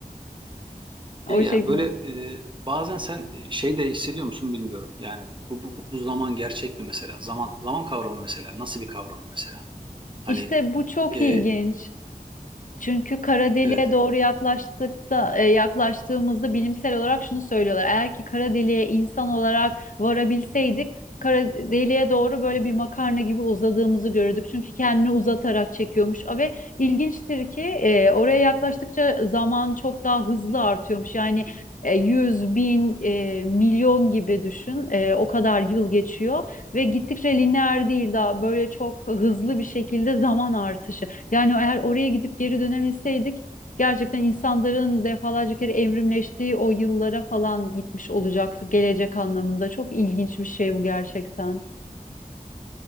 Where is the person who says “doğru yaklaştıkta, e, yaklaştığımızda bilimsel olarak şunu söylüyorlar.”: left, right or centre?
Left